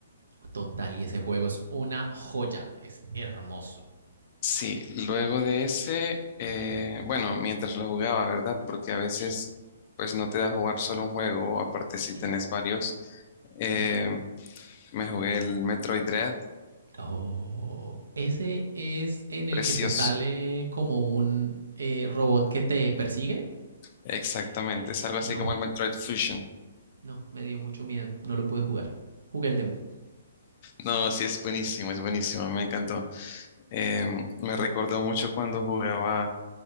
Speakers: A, on the right (about 75°); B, on the left (about 40°).
A: Total, y ese juego es una joya, es hermoso.
B: Sí, luego de ese, eh, bueno, mientras lo jugaba, ¿verdad? Porque a veces, pues no te da jugar solo un juego, aparte si
A: Sí.
B: tenés varios. Eh,
A: Hmm.
B: me jugué el Metroid Dread,
A: Oh, ese es en el
B: precioso,
A: que te sale como un eh, robot que te persigue.
B: exactamente, es algo así
A: No.
B: como el Metroid Fusion.
A: No, me dio mucho miedo. No lo pude jugar. Jugué el demo.
B: No, sí, es buenísimo, es buenísimo, me encantó. Eh, me recordó mucho cuando jugaba